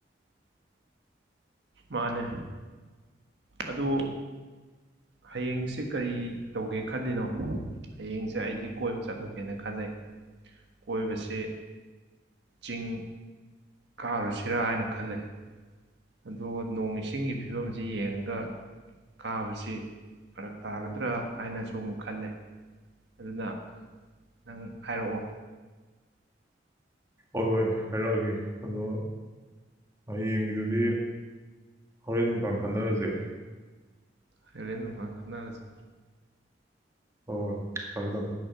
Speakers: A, on the right; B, on the right.
A: ꯃꯥꯅꯦ ꯑꯗꯣ ꯍꯌꯦꯡꯁꯦ ꯀꯔꯤ ꯇꯧꯒꯦ ꯈꯜꯂꯤꯅꯣ ꯍꯌꯦꯡꯁꯦ ꯑꯩꯗꯤ ꯀꯣꯏꯕ ꯆꯠꯂꯨꯒꯦꯅ ꯈꯜꯂꯦ ꯀꯣꯏꯕꯁꯦ ꯆꯤꯡ ꯀꯥꯔꯨꯁꯤꯔꯥ ꯍꯥꯏꯅ ꯈꯜꯂꯦ ꯑꯗꯣ ꯅꯣꯡ ꯏꯁꯤꯡꯒꯤ ꯐꯤꯕꯝꯁꯤ ꯌꯦꯡꯉꯒ ꯀꯥꯕꯁꯤ ꯐꯔꯛ ꯇꯥꯒꯗ꯭ꯔꯥ ꯍꯥꯏꯅꯁꯨ ꯑꯃꯨꯛ ꯈꯜꯂꯦ ꯑꯗꯨꯅ ꯅꯪ ꯍꯥꯏꯔꯛꯑꯣ
B: ꯍꯣꯏ ꯍꯣꯏ ꯍꯥꯏꯔꯛꯑꯒꯦ ꯑꯗꯣ ꯍꯌꯦꯡꯒꯤꯗꯨꯗꯤ ꯍꯣꯔꯦꯟ ꯅꯨꯡꯗꯥꯡ ꯈꯟꯅꯔꯖꯦ
A: ꯍꯥꯏꯔꯦꯟ ꯅꯨꯡꯗꯥꯡ ꯈꯟꯅꯔꯖꯤ
B: ꯍꯣ ꯍꯣ ꯊꯝꯃꯣ ꯊꯝꯃꯣ